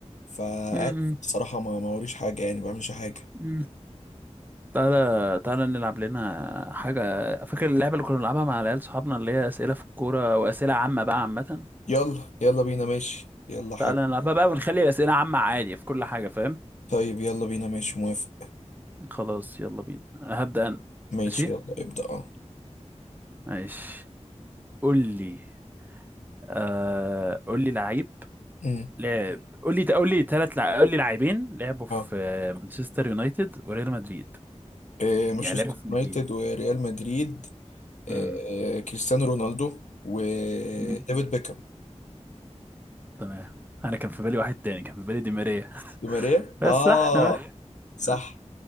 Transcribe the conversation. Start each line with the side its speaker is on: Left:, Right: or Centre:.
Left: فقاعد
Right: مم،
Left: بصراحة ما ما وريش حاجة يعني ما بعملش حاجة
Right: مم. تعالى تعالى نلعب لنا حاجه فاكر اللعبه اللي كنا بنلعبها مع العيال صحابنا اللي هي اسئله في الكوره واسئله عامه بقى عامه
Left: يلا يلا بينا ماشي يلا حاجة
Right: تعالى نلعبها بقى ونخلي الاسئله عامه عادي في كل حاجه فاهم
Left: طيب يلا بينا ماشي موافق
Right: خلاص يلا بينا هبدا انا
Left: ماشي
Right: ماشي
Left: يلا ابدأ اه
Right: ماشي قول لي آه قول لي لعيب
Left: امم
Right: لعب قول لي قول لي ثلاث لع... قول لي لاعبين لعبوا في
Left: اه
Right: آه، مانشستر يونايتد وريال مدريد
Left: إيه، مانشستر
Right: يعني لعبوا في الناديين
Left: يونايتد وريال مدريد إيه،
Right: امم
Left: كريستيانو رونالدو وديفيد
Right: أمم.
Left: بيكهام
Right: تمام انا كان في بالي واحد تاني كان في بالي دي ماريا
Left: دي ماريا
Right: <laughs> بس
Left: اه
Right: صح دي تمام
Left: صح
Right: ماريا